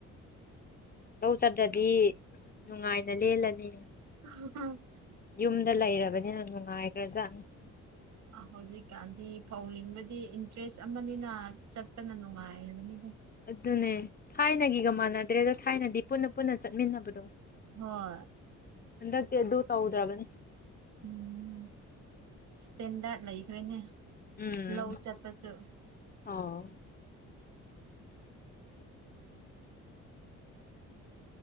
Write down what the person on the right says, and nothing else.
ꯑꯣ
ꯑ ꯍꯧꯖꯤꯛꯀꯥꯟꯗꯤ ꯐꯧ ꯂꯤꯡꯕꯗꯤ ꯏꯟꯇꯔꯦꯁ ꯑꯃꯅꯤꯅ ꯆꯠꯄꯅ ꯅꯨꯡꯉꯥꯏꯔꯕꯅꯤꯗ
ꯍꯣꯏ
ꯎꯝ ꯏꯁꯇꯦꯟꯗꯔꯠ ꯂꯩꯈ꯭ꯔꯦꯅꯦ
ꯂ ꯎ ꯆꯠꯄꯁꯨ